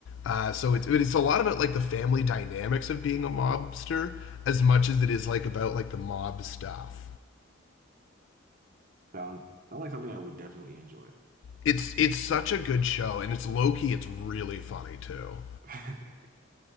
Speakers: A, on the left; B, on the right.
A: Uh, so it's it's a lot about like the family dynamics of being a mobster as much as it is like about like the mob stuff.
B: Sounds sounds like something I would definitely enjoy.
A: it's it's such a good show, and it's low key. It's really funny too
B: <laughs>